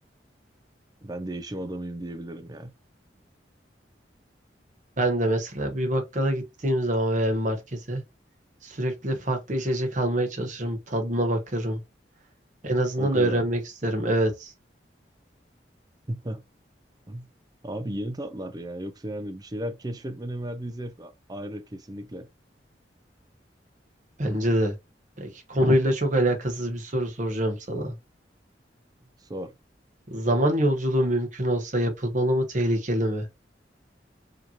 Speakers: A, on the right; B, on the right.
A: Ben değişim adamıyım diyebilirim yani.
B: Ben de mesela bir bakkala gittiğim zaman veya markete sürekli farklı içecek almaya çalışırım. Tadına bakarım. En azından
A: O kadar.
B: öğrenmek isterim. Evet.
A: <laughs> Abi yeni tatlar ya. Yoksa yani bir şeyler keşfetmenin verdiği zevk ayrı kesinlikle.
B: Bence de. Peki konuyla çok alakasız bir soru soracağım sana.
A: Sor.
B: Zaman yolculuğu mümkün olsa yapılmalı mı, tehlikeli mi?